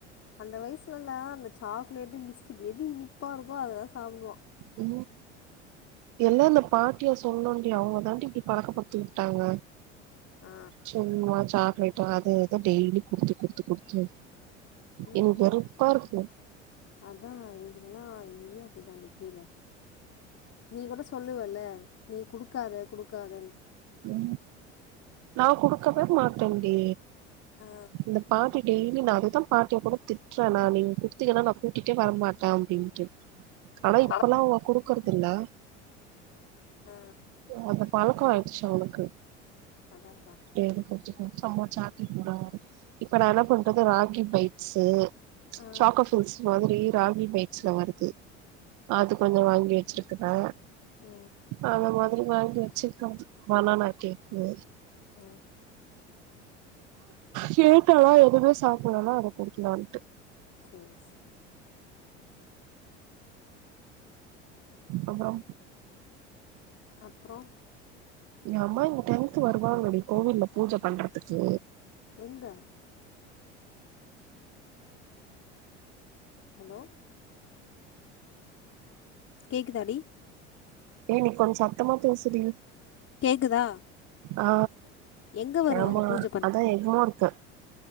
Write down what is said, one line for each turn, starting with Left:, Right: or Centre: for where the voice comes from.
Left: அந்த வயசுலல அந்த சாக்லேட் பிஸ்கட் எது இனிப்பா இருக்கோ அதா சாப்டுவோ
Right: உ எல்லா அந்த பாட் ட்டியா சொல்ணுடி அவுங்க தான்டி இப்டி பழக்கப் படுத்தி உட்டாங்க
Left: ஆ
Right: சும்ம சாக்லேட்டு அது இது‌ டெய்லி குடுத்து குடுத்து குடுத்து
Left: உ
Right: எனக்கு
Left: ஹு
Right: வெறுப்பா இருக்கு
Left: அதா இதுங்கல்லா இங்கேயு அடி தாண்டி கீழ நீ கூட சொல்லுவல்ல நீ குடுக்காத குடுக்காத
Right: உ நா குடுக்கவே மாட்டேன்டி
Left: ஆ
Right: இந்த பாட்டி டெய்லி நா அத தா பாட்டிய கூட திட்றே நா நீங்க குட்த்திங்கன்னா நா கூட்டிட்டே வர மாட்டே அப்டின்ட்டு ஆனா
Left: ஓ
Right: இப்பல்லா
Left: ஆ
Right: அவுங்க குடுக்குறதுல்ல
Left: ஆ
Right: அந்த பழக்கோ ஆயிடுச்சு அவளுக்கு
Left: அதாக்கா
Right: டெய்லி கொஞ்சோ கொஞ்சம்ம சாக்கி கூடா இப்ப நா என்ன பண்றது ரக்கி பைட்ஸ்
Left: ஆ
Right: சக்கோஃல்ஸ் மாதிரி ராகி பைட்ஸ்ல வருது அது கொஞ்சோ வாங்கி வெச்சிருக்கறே
Left: உ
Right: அந்த மாதிரி வாங்கி வெச்சிருக்கே பனானா கேக்கு
Left: ஆ
Right: கேட்டல்லா எதுவுமே சாப்பிட்லேன அத குடுக்கலான்னுட்டு
Left: செரி செரி
Right: அப்றோ
Left: அப்றோ
Right: எங்க அம்மா இங்க டென்த் வருவாங்க டி கோவில்ல பூஜ பண்றதுக்கு
Left: எங்க ஹலோ கேக்குதாடி
Right: ஏ நீ கொஞ்ச சத்தமா பேசுடி
Left: கேக்குதா
Right: ஆ
Left: எங்க வருவாங்க
Right: ஆமா
Left: பூஜ
Right: அதா எக்மோர்க்கு